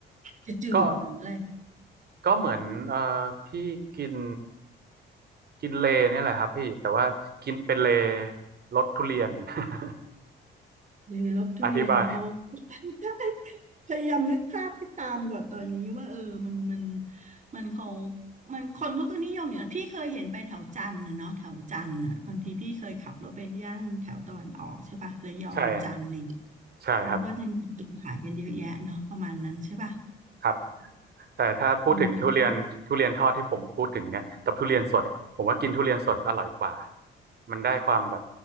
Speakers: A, on the right (about 40°); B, on the right (about 55°).
A: จะจืดหรืออะไร
B: ก็ ก็เหมือนเอ่อพี่กินกินเลเนี่ยแหละครับพี่แต่ว่ากินเป็นเลรสทุเรียน <laughs>
A: เลยรสทุเรียนอ๋อ
B: อธิบาย
A: <laughs> ใช่พยายามนึกภาพให้ตามก่อนตอนนี้ว่าเออมันมันมันเขามันคนเขาก็นิยมอย่างพี่เคยเห็นไปแถวจันทร์นะเนาะแถวจันทร์อ่ะบางทีพี่เคยขับรถไปย่านแถวตะวันออกใช่ป่ะระยองจันทร์อะไรอย่างเงี้ย
B: ใช่ใช่ครับ
A: เขาก็จะมีขายกันเยอะแยะเนาะประมาณนั้นใช่ป่ะ
B: ครับแต่ถ้าพูดถึงทุเรียนทุเรียนทอดที่ผมพูดถึงเนี่ยกับทุเรียนสดอะผมว่ากินทุเรียนสดอร่อยกว่า
A: อืม
B: มันได้ความแบบ